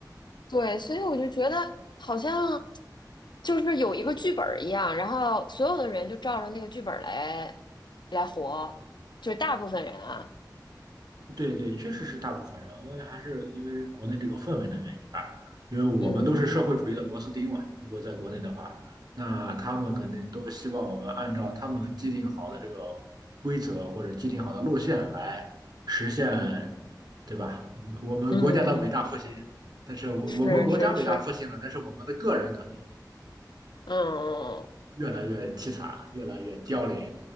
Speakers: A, on the left; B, on the right.
A: 对，所以我就觉得好像就是有一个剧本儿一样，然后所有的人就照着那个剧本儿来来活，就是大部分人啊，
B: 对对，确实是大部分人，我也还是因为国内这个氛围的原因吧，因为我们都是社会主义的螺丝钉嘛。
A: 嗯
B: 如果在国内的话，那他们肯定都希望我们按照他们既定好的这个规则或者既定好的路线来实现，对吧？我们国家的伟大复兴，
A: 嗯，
B: 但是我我们国家伟大复兴了，
A: 是是是。
B: 但是我们的个人可能
A: 嗯，嗯嗯
B: 越来越凄惨，越来越凋零。